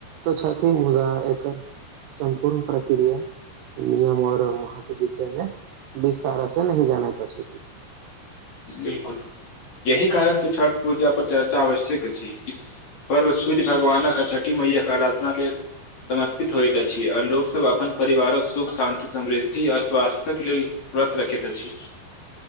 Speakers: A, on the right; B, on the left.
A: तऽ छथिन, मुदा एकर सम्पूर्ण प्रक्रिया नियम और महत्व विषय मे विस्तार से नहि जानैत छथिन।
B: बिलकुल यही कारण से छठ पूजा पर चर्चा आवश्यक अछि, इस पर्व सूर्य भगवानक अ छठी मैया के अरा धना के समर्पित होएत अछि आ लोक सब अपन परिवारक सुख, शान्ति, समृद्धि आ स्वास्थ्यक लेल व्रत रखैत अछि।